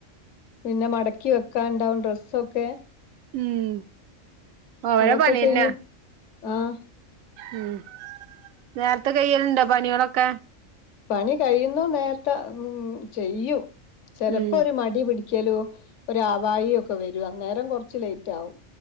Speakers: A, on the left; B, on the right.
A: പിന്നെ മടക്കി വെക്കാൻ ഉണ്ടാവും ഡ്രെസ്സ് ഒക്കെ
B: ഉം ഓരോ
A: അതൊക്കെ
B: പണിയന്നെ
A: ചെയ്യും ആഹ്
B: ഉം നേരത്തെ കയ്യലുണ്ടൊ പണികളൊക്കെ
A: പണി കഴിയുന്നു നേരത്തെ ഉം ചെയ്യൂം ചെലപ്പോ
B: ഉം
A: ഒരു മടി പിടി ക്കലും ഒരാവായു ഒക്കെ വരും അന്നേരം കുറച്ച് ലേറ്റ് ആവും